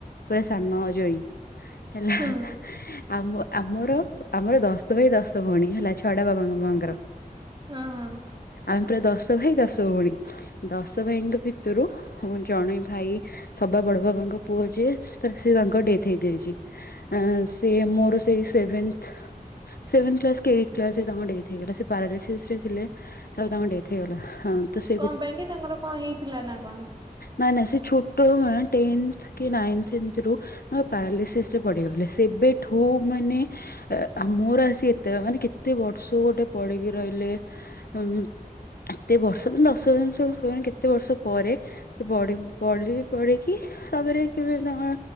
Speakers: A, on the left (about 80°); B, on the right (about 30°).
A: ପୁରା ସାନ ଅ ଜୋଇଁ ହେଲା
B: ହୁଁ
A: ଆମ ଆମର ଆମର ଦଶ ଭାଇ ଦଶ ଭଉଣୀ ହେଲା ଛଅ ଟା ବାବା ମାମା ଙ୍କର।
B: ହଁ।
A: ଆମେ ପୁରା ଦଶ ଭାଇ ଦଶ ଭଉଣୀ ଦଶ ଭାଇଙ୍କ ଭିତରୁ ଜଣେ ଭାଇ ସବା ବଡ ବାବାଙ୍କ ପୁଅ ଯିଏ ସେ ସେ ତା ଙ୍କ ଡେଥ୍ ହେଇଯାଇଚି ଅଁ ସେ ମୋର ସେଇ ସେଭନ୍ଥ୍। ସେଭେନ୍ଥ କ୍ଲାସ୍ କି ଏଇଟ୍ କ୍ଲାସ୍ ରେ ତାଙ୍କର ଡେଥ୍ ହେଇଗଲା ସେ ପାରାଲିସିସ୍ ରେ ଥିଲେ। ତାପରେ ତାଙ୍କ ଡେଥ୍ ହୋଇଗଲା ହଁ। ତ ସେ
B: କଣ ପାଇଁ କି ତାଙ୍କର କଣ ହେଇଥିଲା ନା କଣ?
A: ନାଇଁ ନାଇଁ ସେ ଛୋଟରୁ ନୁହେଁ ଟେନ୍ଥ କି ନାଇନ୍ଥ ଏମତି ରୁ। ପାରାଲିସିସ୍ ରେ ପଡିଗଲେ ସେବେଠୁ ମାନେ। ଏ ଆ ମୋର ଆସି ଏତେ ମାନେ କେତେ ବର୍ଷ ଗୋଟେ ପଡିକି ରହିଲେ ଉଁ। ଏତେ ବର୍ଷ ମାନେ ଦଶ <unintelligible> କେତେ ବର୍ଷ ପରେ। ସେ ପଡି ପଡିକି ପଡିକି ତାପରେ କେବେ ତାଙ୍କର।